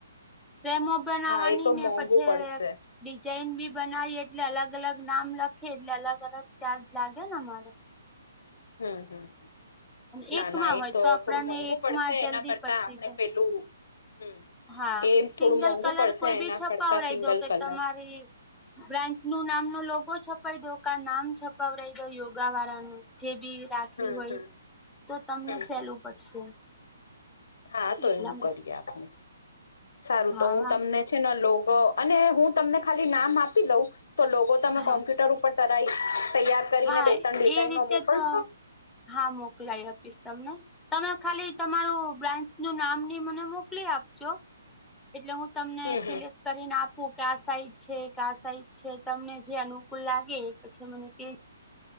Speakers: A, in the centre; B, on the left.
A: પ્રેમો બનાવાની
B: હા એ તો
A: ને
B: મોંઘુ
A: પછી
B: પડશે.
A: ડિઝાઇન બી બનાવીએ એટલે અલગ અલગ નામ લખીએ એટલે અલગ અલગ ચાર્જ લાગે ને મારો
B: હમ હમ
A: અને
B: ના
A: એકમાં
B: ના એ
A: હોય તો આપણને
B: થોડું મોંઘું
A: એકમાં
B: પડશે
A: જલ્દી
B: એના કરતા
A: પચી
B: આપણે
A: જાય
B: પેલું હમ
A: હા
B: એ
A: સિંગલ
B: થોડું મોંઘું
A: કલર
B: પડશે
A: કોઈ
B: એના
A: બી છપાવરાઈ
B: કરતા સિંગલ
A: દો કે
B: કલર.
A: તમારી બ્રાન્ચ નું નામનો લોગો છપાવી દો ક નામ છપાવઈ દો યોગા વાળાનું જે બી રાખ્યું
B: હમ
A: હોય
B: હમ.
A: તો તમને
B: હમ
A: સહેલું
B: હમ
A: પડશે
B: હા તો
A: એટલા
B: એવું
A: માટે
B: કરીએ આપણે સારું
A: હા
B: તો હું
A: વાંધ
B: તમને છે ને લોગ અને હું તમને ખાલી નામ આપી દઉં તો લોગ બહ તમે
A: હા
B: કોમ્પ્યુટર ઉપર તરાઈ તૈયાર કરીને
A: હા
B: બે ત્રણ ડિઝાઇનો
A: એ રીતે
B: મોકલશો?
A: તો હા મોકલાય આપીશ તમને તમે ખાલી તમારું બ્રાન્ચ નું નામ નની મને મોકલી આપજો એટલે હું તમને
B: હમ
A: સિલેક
B: હમ.
A: કરીને આપું કે સાઈજ છે ક સાઈજ છે તમને જે અનુકૂલ લાગે પછી મને કે